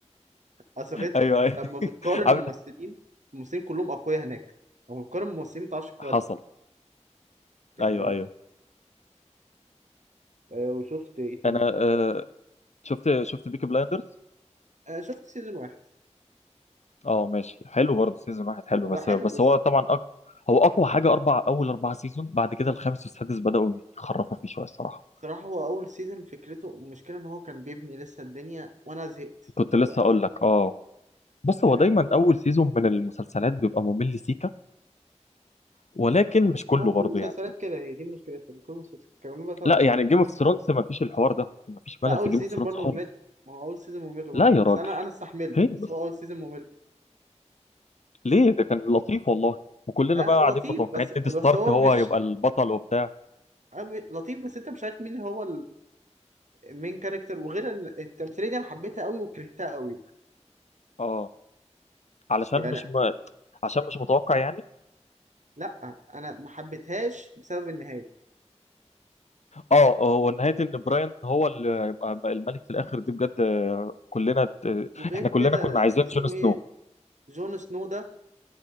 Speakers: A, on the right; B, on the left.
A: اصل انت
B: ايوه ايوه
A: لما بتقارن
B: <laughs>
A: ممثلين الممثلين كلهم اقوياء هناك لما بتقارن ممثلين ما بتعرفش تقارن
B: حصل
A: يعني
B: ايوه ايوه
A: آه، وشفت ايه تاني
B: انا آه شفت شفت بيكي بلايندرز
A: آه، شفت سيزون واحد
B: اه ماشي حلو برضه سيزون واحد حلو
A: هو
B: بس
A: حلو
B: بس
A: بس
B: هو طبعا أق... هو اقوى حاجه اربع اول اربع سيزون بعد كده الخامس والسادس بداوا يخرفوا فيه شويه الصراحه
A: صراحة هو أول سيزون فكرته المشكلة إن هو كان بيبني لسه الدنيا وأنا زهقت
B: كنت
A: راح
B: لسه
A: وقفت
B: اقول لك اه بص
A: فاهم
B: هو دايما اول سيزون من المسلسلات بيبقى ممل سيكا ولكن
A: هو
B: مش كله
A: هو كل
B: برضه
A: المسلسلات
B: يعني
A: كده هي دي مشكلتها إن كل المسلسلات كانوا بزهق
B: لا
A: بسرعة
B: يعني جيم اوف ثرونز ما فيش الحوار ده ما فيش ملل
A: لا أول
B: في جيم
A: سيزون
B: اوف ثرونز
A: برضه
B: خالص
A: ممل ما هو أول سيزون ممل برضه
B: لا يا
A: بس
B: راجل
A: أنا أنا استحملت
B: فين
A: بس
B: بس
A: هو أول سيزون ممل
B: ليه ده كان لطيف والله وكلنا
A: آه
B: بقى قاعدين
A: لطيف
B: متوقعين
A: بس
B: نيد ستارك
A: بس هو
B: هو
A: مش
B: هيبقى البطل وبتاع
A: أوي- لطيف بس انت مش عارف مين هو المين كاركتر وغير ان التمثيليه دي انا حبيتها قوي وكرهتها قوي
B: اه علشان
A: يعني
B: مش م... عشان مش متوقع يعني
A: لا انا ما حبيتهاش بسبب النهايه
B: اه هو نهاية ان براين هو اللي يبقى الملك في الاخر دي بجد آه، كلنا ت-
A: وغير
B: احنا
A: كده
B: كلنا كنا عايزين
A: اسمه
B: جون سنو
A: ايه جون سنو ده